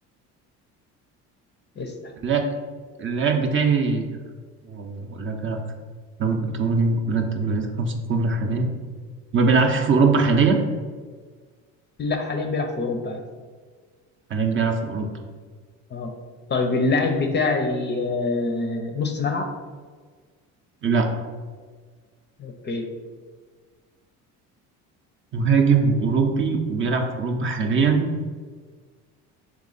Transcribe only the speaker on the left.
اسال
لا حاليا بيلعب في اوروبا عادي
اه طيب اللاعب بتاعي آه، نص ملعب
اوكي